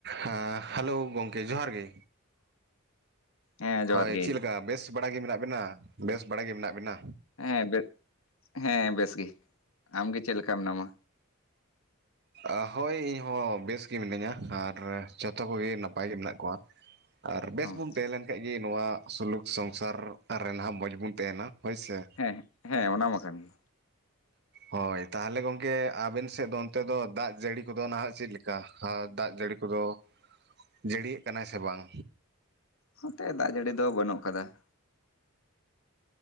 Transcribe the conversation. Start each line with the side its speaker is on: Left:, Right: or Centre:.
Right: ᱦᱮᱸ ᱦᱟᱞᱳ ᱜᱚᱝᱠᱮ ᱡᱚᱸᱦᱟᱨ ᱜᱮ᱾
Left: ᱦᱮᱸ ᱡᱚᱦᱟᱨ
Right: ᱦᱳᱭ
Left: ᱜᱮ
Right: ᱪᱤᱜ ᱞᱮᱠᱟ ᱵᱮᱥ ᱵᱟᱲᱟ ᱜᱮ ᱢᱮᱱᱟᱜ ᱵᱤᱱᱟ ᱵᱮᱥ ᱵᱟᱲᱟ ᱜᱤ ᱢᱮᱱᱟᱜ ᱵᱤᱱᱟ?
Left: ᱦᱮᱸ ᱵᱮᱥ ᱦᱮᱸ ᱵᱮᱥᱜᱤ ᱟᱢᱜᱮ ᱪᱮᱜ ᱞᱮᱠᱟ ᱢᱮᱱᱟᱢᱟ?
Right: ᱚ ᱦᱳᱭ ᱤᱧᱦᱚᱸ ᱵᱮᱥ ᱜᱤ ᱢᱤᱱᱟᱹᱧᱟ ᱟᱨ ᱡᱷᱚᱛᱚ ᱠᱚᱜᱤ ᱱᱟᱯᱟᱭ ᱜᱮ ᱢᱮᱱᱟᱜ ᱠᱚᱣᱟ᱾ ᱟᱨ ᱵᱮᱥ
Left: ᱦᱚᱸ
Right: ᱵᱩᱱ ᱛᱮᱦᱮᱸ ᱞᱮᱱ ᱠᱷᱟᱡ ᱜᱤ ᱱᱚᱣᱟ ᱥᱩᱞᱩᱠ ᱥᱚᱝᱥᱟᱨ ᱨᱮᱱᱦᱟᱸᱜ ᱢᱚᱸᱡᱽ ᱵᱩᱱ ᱛᱟᱦᱮᱱᱟ ᱦᱳᱭᱥᱮ᱾
Left: ᱦᱮᱸ ᱦᱮᱸ ᱚᱱᱟ ᱢᱟ ᱠᱟᱱ ᱜᱤ᱾
Right: ᱦᱳᱭ ᱛᱟᱦᱟᱞᱮ ᱜᱚᱝᱠᱮ ᱟᱵᱮᱱ ᱥᱮᱜ ᱫᱚ ᱚᱱᱛᱮ ᱫᱚ ᱫᱟᱜ ᱡᱟᱹᱲᱤ ᱠᱚᱫᱚ ᱱᱷᱟᱜ ᱪᱮᱫ ᱞᱮᱠᱟ? ᱫᱟᱜ ᱡᱟᱹᱲᱤ ᱠᱚᱫᱚ ᱡᱟᱹᱲᱤᱭᱮᱜ ᱠᱟᱱᱟᱭ ᱥᱮ ᱵᱟᱝ?
Left: ᱱᱚᱛᱮ ᱫᱟᱜ ᱡᱟᱹᱲᱤ ᱫᱚ ᱵᱟᱹᱱᱩᱜ ᱟᱠᱟᱫᱟ ᱾